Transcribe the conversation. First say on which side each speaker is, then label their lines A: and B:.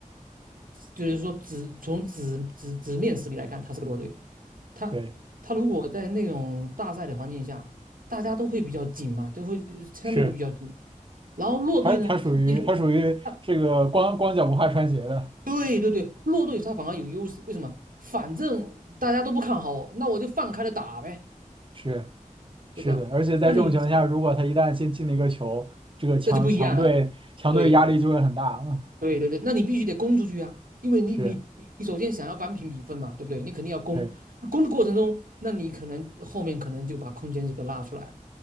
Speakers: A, on the right (about 80°); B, on the right (about 35°).
A: 就是说只从纸纸纸面实力来看，他是个弱队，他他如果在那种大赛的环境下，
B: 对，
A: 大家都会比较紧嘛，就会相对会比较紧。
B: 是。
A: 然后弱队呢，
B: 它它属于它属于这个光光脚不怕穿鞋的，
A: 他其实他对对对，弱队他反而有优势，为什么？反正大家都不看好我，那我就放开了打呗，
B: 是
A: 对吧？
B: 是的，而且在这种情况下，
A: 那你
B: 如果他一旦先进了一个球，这个强强队强队压力就会很大，
A: 那就不一样了。对，
B: 嗯
A: 对对对，那你必须得攻出去啊，因为你你你首先想要扳平比分嘛，
B: 是。
A: 对不对？你肯定要攻，
B: 对。
A: 那攻的过程中，那你可能后面可能就把空间就给拉出来了。